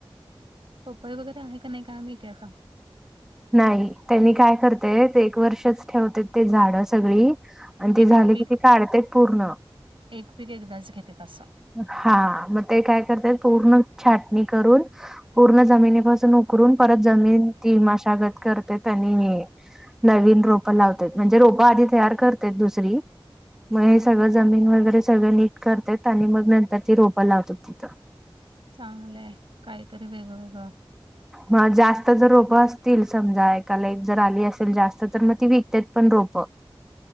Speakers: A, on the right; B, in the centre.
A: पपई वगैरे आहे का नाही काय माहिती आता
B: नाही त्यांनी काय करतेते एक वर्षच ठेवते ते झाडं सगळी आणि ती
A: एक
B: झाली
A: पीक
B: कि ती काढतेत पूर्ण
A: एक पीक एकदाच घेतेत असं
B: हा मग ते काय करतेत पूर्ण छाटणी करून पूर्ण जमिनीपासून उकरून परत जमीन ती मशागत करते त्यांनी नवीन रोपं लावत्यात म्हणजे रोप आधी तयार करत्यात दुसरी मग हे सगळं जमीन वगैरे सगळं नीट करते आणि मग नंतर ती रोपं लावतात तिथं
A: चांगलंय काहीतरी वेगवेगळ
B: मग जास्त जर रोपं असतील समजा एकाला एक जर आली असेल जास्त तर मग ती विकत्यात पण रोपं